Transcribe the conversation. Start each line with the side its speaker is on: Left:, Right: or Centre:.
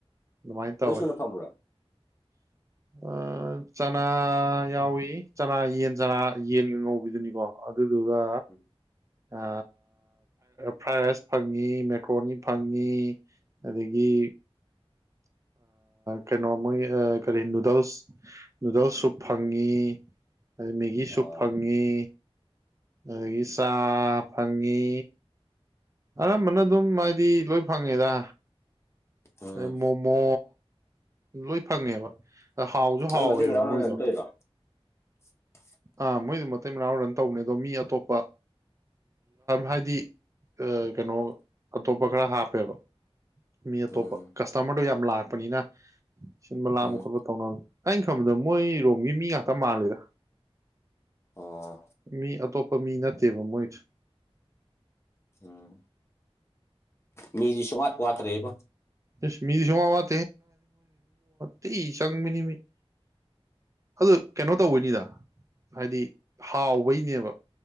Right: ꯑꯗꯨꯃꯥꯏꯅ ꯇꯧꯋꯦ
Left: ꯂꯣꯏ ꯁꯨꯅ ꯐꯪꯕ꯭ꯔꯣ
Right: ꯑ ꯆꯅꯥ ꯌꯥꯎꯏ ꯆꯅꯥ ꯌꯦꯟ ꯆꯅꯥ ꯌꯦꯟꯒ ꯉꯧꯕꯤꯗꯨꯅꯤꯀꯣ ꯑꯗꯨꯗꯨꯒ
Left: ꯎꯝ
Right: ꯑ ꯐ꯭ꯔꯥꯏ ꯔꯥꯏꯁ ꯐꯪꯉꯤ ꯃꯦꯀ꯭ꯔꯣꯅꯤ ꯐꯪꯉꯤ ꯑꯗꯒꯤ ꯀꯩꯅꯣ ꯃꯣꯏ ꯀꯔꯤ ꯅꯨꯗꯜꯁ ꯅꯨꯗꯜꯁꯁꯨ ꯐꯪꯉꯤ ꯑꯗꯩ ꯃꯦꯒꯤꯁꯨ
Left: ꯑꯥ
Right: ꯐꯪꯉꯤ ꯑꯗꯒꯤ ꯆꯥ ꯐꯪꯉꯤ ꯑꯔꯝꯕꯅ ꯑꯗꯨꯝ ꯍꯥꯏꯗꯤ ꯂꯣꯏ ꯐꯪꯉꯦꯗ
Left: ꯎꯝ
Right: ꯑꯩ ꯃꯣꯃꯣ ꯂꯣꯏ ꯐꯪꯉꯦꯕ ꯍꯥꯎꯁꯨ
Left: ꯃꯣꯏ
Right: ꯍꯥꯎꯋꯦꯕ
Left: ꯃꯇꯩ ꯃꯅꯥꯎꯅ
Right: ꯃꯣꯏꯗꯣ
Left: ꯔꯟ ꯇꯧꯔꯤꯔꯣ <unintelligible> <inaudible>
Right: ꯑꯥ ꯃꯣꯏꯗꯨ ꯃꯇꯩ ꯃꯅꯥꯎ ꯔꯟ ꯇꯧꯕꯅꯦ ꯑꯗꯣ ꯃꯤ ꯑꯇꯣꯞꯄ ꯍꯥꯏꯗꯤ ꯀꯩꯅꯣ ꯑꯇꯣꯞꯄ ꯈꯔ ꯍꯥꯞꯄꯦꯕ ꯃꯤ ꯑꯇꯣꯞꯄ
Left: ꯎꯝ
Right: ꯀꯁꯇꯃꯔꯗꯣ ꯌꯥꯝ ꯂꯥꯛꯄꯅꯤꯅ ꯁꯤꯟꯕ ꯂꯥꯛꯝꯕ
Left: ꯎꯝ
Right: ꯈꯣꯠꯄ ꯇꯧꯅꯕ ꯑꯩꯅ ꯈꯪꯕꯗ ꯃꯣꯏ ꯔꯣꯝꯒꯤ ꯃꯤ ꯉꯥꯛꯇ ꯃꯥꯜꯂꯤꯦꯗ
Left: ꯑꯣ
Right: ꯃꯤ ꯑꯇꯣꯞꯄ ꯃꯤ ꯅꯠꯇꯦꯕ ꯃꯣꯏ
Left: ꯎꯝ ꯃꯤꯗꯤ ꯁꯨꯡ ꯋꯥꯠꯄ ꯋꯥꯠꯇ꯭ꯔꯦꯕ
Right: ꯁ ꯃꯤꯁꯨꯃ ꯋꯥ ꯀꯥꯏꯤ ꯆꯪꯃꯤꯅꯤ ꯑꯗꯨ ꯀꯩꯅꯣ ꯇꯧꯕꯩꯅꯤꯗ ꯍꯥꯏꯗꯤ ꯍꯥꯎꯕꯩꯅꯦꯕ